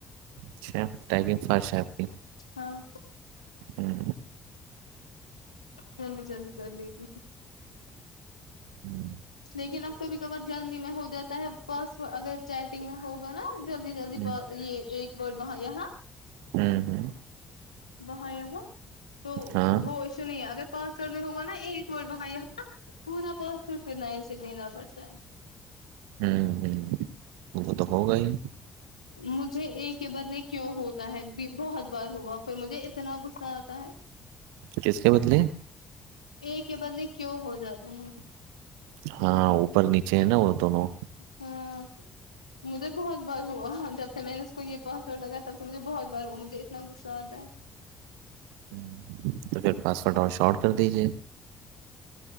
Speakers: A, on the right; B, on the left.
A: اچھا ٹائمنگ فاسٹ ہے آپ کی
B: ہاں
A: ہوں
B: ہل جی جلی کر لی ت
A: ہوں
B: لیکن اب کبھی کبار جلدی میں ہو جاتا ہے بس اگر چاہ گ میں ہوگا نا جلدی جلدی
A: ہوں
B: یہ ایک ورڈ وہاں یہاں
A: ہوں ہوں
B: وہاں یہاں تو
A: ہاں
B: وہ ایسو نہیں اگر پاس وورڈ میں ہوگا نا ایک وورڈ میںاں یہاں پورا پاسورڈ پ ن سے دینا پڑتا ہے
A: ہوں ہ وہ تو ہوگا ہی
B: مجھے ایک کے بد میں کیوں ہوتا ہے بہت بار ہوا پھر مجھے اتنا غصہ آتا ہے
A: کس کے بدلے
B: ایک کے بدے کیوں ہو جاتا ہے
A: ہاں اوپر نیچے ہے نا وہ دونوں
B: ہاں مج توے بہت ب وہ جب سے میں نے اس کو یہ پاسورڈ لگیا تب سے مجھے بہت بار وہ مجھے اتنا غصہ آتا ہے
A: ہ تو پھر پاسورڈ اور شاٹ کر دیجیے